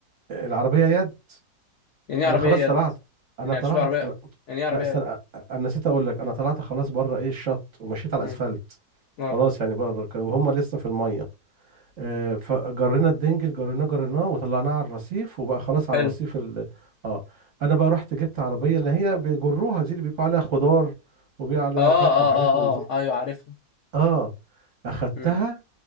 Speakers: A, on the right (about 50°); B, on the left (about 75°).
A: العربية يد
B: يعني ايه
A: انا
B: عربيه
A: خلاص
B: يد
A: طلعت انا
B: يعني
A: طلعت
B: هتشيلوا عربيه
A: انا
B: يعني ايه عربيه
A: لا استنى
B: يد
A: أ- انا نسيت اقول لك انا طلعت خلاص بره ايه الشط ومشيت على
B: امم
A: الاسفلت
B: اه
A: خلاص يعني بره ك- وهم لسه في الميه آه، فجرينا الدنجل جريناه جريناه وطلعناه على الرصيف وبقى خلاص على
B: حلو
A: الرصيف ال... اه انا بقى رحت جبت عربيه اللي هي بيجروها دي اللي بيبقى عليها خضار وبيبقى عليها
B: اه
A: فاكهه
B: اه
A: وحاجات
B: اه
A: من دي
B: اه ايوه عارفها
A: اه اخدتها
B: امم